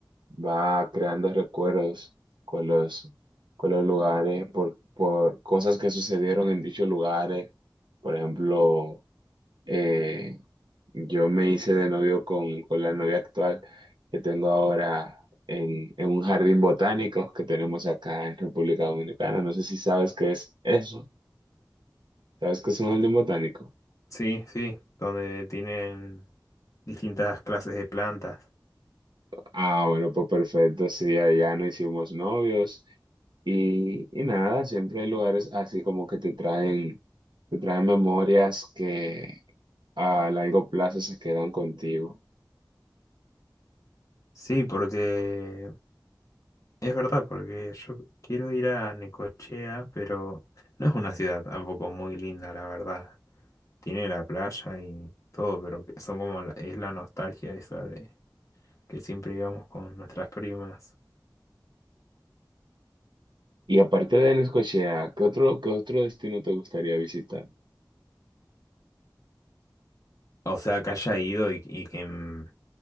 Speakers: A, on the right; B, on the left.
A: va creando recuerdos con los, con los lugares, por, por cosas que sucedieron en dichos lugares. Por ejemplo, eh, yo me hice de novio con, con la novia actual que tengo ahora en, en un jardín botánico que tenemos acá en República Dominicana. No sé si sabes qué es eso. ¿Sabes qué es un jardín botánico?
B: Sí, sí, donde tienen distintas clases de plantas.
A: Ah, bueno, pues perfecto, sí, allá no hicimos novios y, y nada, siempre hay lugares así como que te traen, te traen memorias que a largo plazo se quedan contigo.
B: Sí, porque Es verdad, porque yo quiero ir a Necochea, pero no es una ciudad tampoco muy linda, la verdad. Tiene la playa y todo, pero que son como la- es la nostalgia esa de que siempre íbamos con nuestras primas.
A: Y aparte de Necochea, ¿qué otro, qué otro destino te gustaría visitar?
B: O sea, que haya ido y, y que mm,